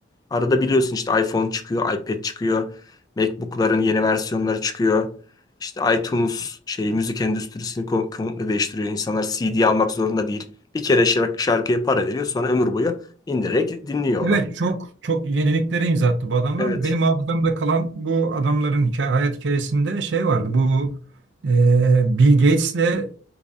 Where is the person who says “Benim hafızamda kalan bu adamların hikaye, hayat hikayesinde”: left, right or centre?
Right